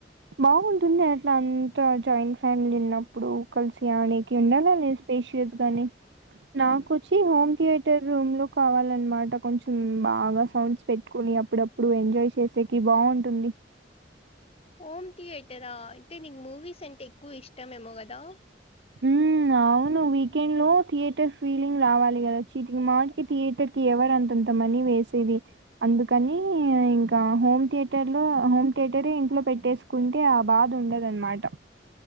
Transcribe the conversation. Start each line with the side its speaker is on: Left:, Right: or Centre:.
Right: బాగుంటుంది అట్లా అంత జాయింట్ ఫ్యామిలీ ఉన్నప్పుడు కలిసి <unintelligible> ఉండాల స్పేషియస్ గాని నాకు వచ్చి హోమ్ థియేటర్ రూమ్ లో కావాలన్నమాట కొంచెం బాగా సౌండ్స్ పెట్టుకుని అప్పుడప్పుడు ఎంజాయ్ చేసేకి బాగుంటుంది
Left: హోమ్ థియేటరా అయితే నీకు మూవీస్ అంటే ఎక్కువ ఇష్టమేమో కదా
Right: ఉ అవును వీకెండ్ లో థియేటర్ ఫీలింగ్ రావాలి కదా చీటికి మాటికి థియేటర్ కి ఎవరు అంతంత మనీ వేసేది అందుకని ఇంకా హోమ్ థియేటర్ లో హోమ్ థియేటరే ఇంట్లో పెట్టేసుకుంటే ఆ బాధ ఉండదు అన్నమాట